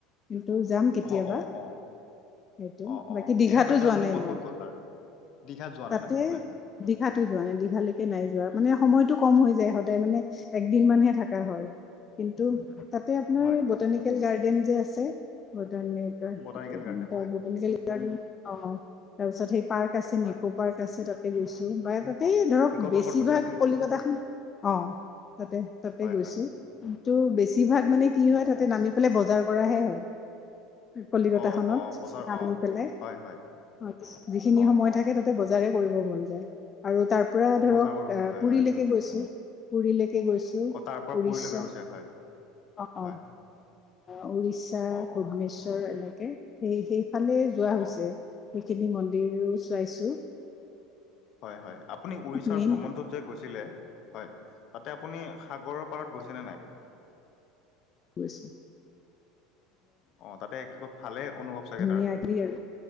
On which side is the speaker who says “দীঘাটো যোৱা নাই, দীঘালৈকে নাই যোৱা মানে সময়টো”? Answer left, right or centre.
Left